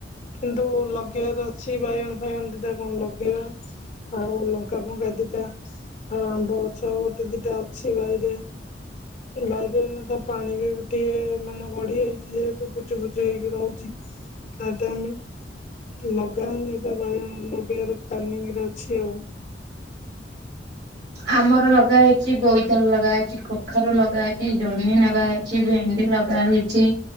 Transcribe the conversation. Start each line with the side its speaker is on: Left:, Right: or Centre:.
Left: କିନ୍ତୁ ଲଗେଇବାର ଅଛି ବାଇଗଣ ଫାଇଗଣ ଦିଟା କଣ ଲଗେଇବା ଆଉ ଲଙ୍କା ଫଙ୍କା ଦିଟା ଆଉ ଆମ୍ବ ଗଛ ଗୋଟେ ଦିଟା ଅଛି ବାଇରେ। ବାଇରେ ଏଇନାତ ପାଣି ବି ଏତେ ମାନେ ବଢି ଯାଇଛି ଯେହେତୁ ପୁଚୁ ପୁଚୁ ହେଇକି ରହୁଛି ସେଟା ଆମେ ଲଗାଅନି, ଏବେ ବାଇୟଣ ଲଗେଇବାର ପ୍ଲାନିଙ୍ଗରେ ଅଛି ଆଉ।
Right: ଆମର ଲଗା ହେଇଛି, ବୋଇତାଳୁ ଲଗା ହେଇଛି, କଖାରୁ ଲଗା ହେଇଛି, ଜହ୍ନି ନଗା ହେଇ ଚି ଭେଣ୍ଡି ଲଗା ହେଇଚିଁ